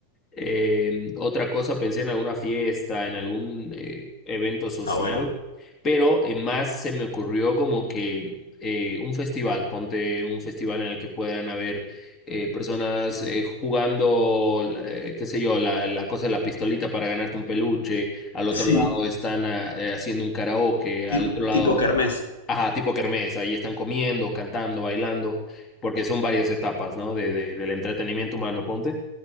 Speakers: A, on the left; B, on the left.
A: Eh, otra cosa, pensé en alguna fiesta, en algún eh, evento social,
B: Está bueno.
A: pero eh, más se me ocurrió como que eh, un festival, ponte un festival en el que puedan haber eh, personas eh, jugando, eh, qué sé yo, la, la cosa de la pistolita para ganarte un peluche, al otro
B: Sí,
A: lado están ah, eh, haciendo un karaoke,
B: ti-
A: al otro lado,
B: tipo Kermés.
A: ajá, tipo kermés, ahí están comiendo, cantando, bailando, porque son varias etapas, ¿no? de, de- del entretenimiento humano, ponte.